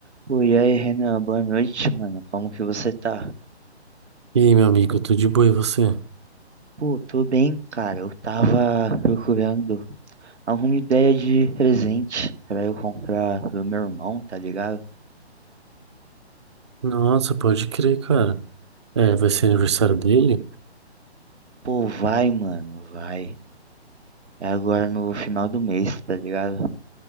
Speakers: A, on the right; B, on the right.
A: Pô, e aí, Renan, boa noite, mano. Como que você tá?
B: E aí, meu amigo, tudo de boa e você?
A: Pô, tô bem, cara. Eu tava procurando alguma ideia de presente pra eu comprar pro meu irmão, tá ligado?
B: Nossa, pode crer, cara. É, vai ser aniversário dele?
A: Pô, vai, mano, vai. É agora no final do mês, tá ligado?